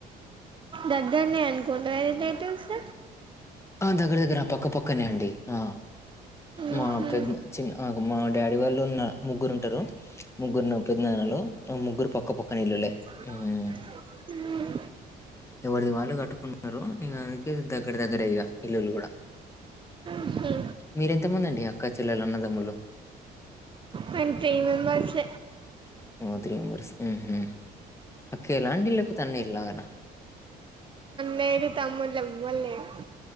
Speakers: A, on the right; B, on the left.
A: దగ్గర్నే అనుకుంటగా రిలేటివ్స్
B: ఆ దగ్గర దగ్గర పక్కపక్కనే అండి ఆ మా
A: ఉహు
B: పెద్ద చిన్న మా డాడీ వాళ్ళు ఉన్న ముగ్గురు ఉంటారు ముగ్గురు ఉన్నారు పెదనాన్నలు ఆ ముగ్గురు పక్క పక్క ఇల్లులే
A: ఉ
B: ఉమ్. ఎవరిది వాళ్ళు కట్టుకున్నారు ఇక అందుకే దగ్గర దగ్గర ఇగా ఇల్లులు కూడా
A: ఉహు
B: మీరేఎంతమంది అండి అక్క చెల్లలు అన్నదమ్ములు
A: మేం త్రీ మెంబర్స్
B: ఓ త్రీ మెంబర్స్ ఊ హు అక్క ఎలా లేకుంటే అన్నయ్య లాగా
A: లేరు తమ్ములు ఎవలు లేరు